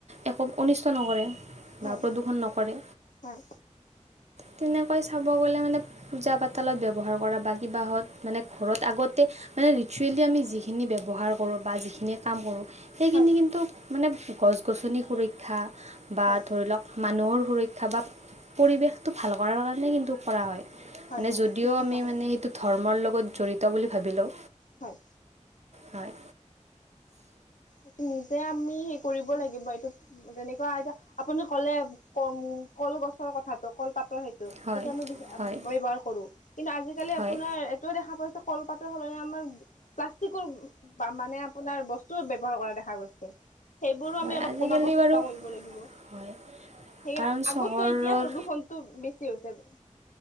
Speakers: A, on the right; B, on the left.
A: একো অনিষ্ট নকৰে।
B: হয়
A: বা প্ৰদূৰ্ষন নকৰে
B: হয়
A: তেনেকৈ চাব গলে মানে পূজা পাতালত ব্যৱহাৰ কৰা বা কিবা হত মানে ঘৰত আগতে মানে ৰিচুৱেলি আমি যিখিনি ব্যৱহাৰ কৰো বা যিখিনি কাম কৰো সেইখিনি
B: হয়
A: কিন্তু মানে গছ গছনি সুৰক্ষা বা
B: হয়
A: ধৰি লওক মানুহৰ সুৰক্ষা বা পৰিৱেশটো ভাল কৰাৰ কাৰণে কিন্তু কৰা হয়।
B: হয়
A: মানে
B: হয়
A: যদিও
B: ঠিক কথা
A: আমি
B: কৈছে
A: মানে সেইটো ধৰ্মৰ লগত জড়িত বুলি ভাবি লও।
B: হয়।
A: হয়।
B: এইটো নিজে আমি হে কৰিব লাগিব এইটো। যেনেকুৱা এতিয়া আপুনি ক'লে ক কলগছৰ কথাটো কল পাতৰ সেত-
A: হয়
B: সেইটো আমি
A: হয়
B: ব্যৱহাৰ কৰো কিন্তু আজিকালি
A: হয়
B: আপোনাৰ এট- ত দেখা পাইছো কলপাতৰ সলনি আমাৰ প্লাষ্টিকৰ পা মানে আপোনাৰ বস্তু ব্যৱ- বৰ কৰা দেখা গৈছে। সেইবোৰো আমি
A: হয়
B: অলপ
A: আজিকালি
B: কমাব চেষ্টা
A: বাৰু
B: কৰিব লাগিব। সেইকাৰণে
A: হয় কাৰণ চহৰত
B: আগতকৈ এতিয়া প্ৰদূষণ টো বেছি হৈছে।